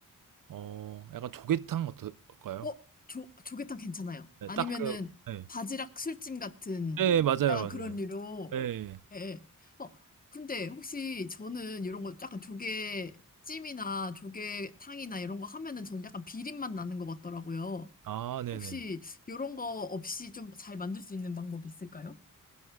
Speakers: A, on the right (about 70°); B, on the left (about 25°).
A: 어 약간 조개탕 어떨까요?
B: 어? 조, 조개탕 괜찮아요.
A: 네,
B: 아니면은
A: 딱 그, 네.
B: 바지락 술찜 같은
A: 네, 맞아요,
B: 약간
A: 맞아요.
B: 그런 류로.
A: 네.
B: 예. 예. 어, 근데 혹시 저는 이런 거 약간 조개찜이나 조개탕이나 이런 거 하면은 저는 약간 비린맛 나는 것 같더라고요.
A: 아, 네네.
B: 혹시 이런 거 없이 좀 잘 만들 수 있는 방법 있을까요?